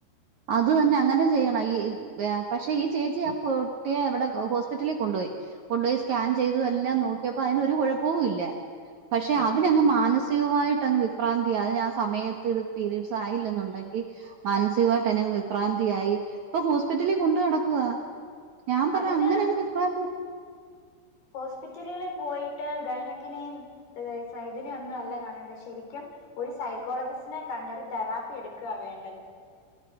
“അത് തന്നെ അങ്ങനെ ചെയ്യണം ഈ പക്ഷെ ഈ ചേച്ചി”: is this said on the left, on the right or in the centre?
Right